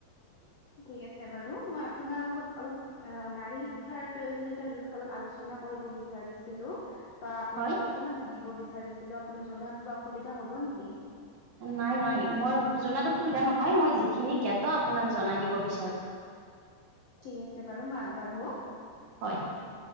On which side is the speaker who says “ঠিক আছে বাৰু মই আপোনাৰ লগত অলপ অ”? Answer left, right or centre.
Left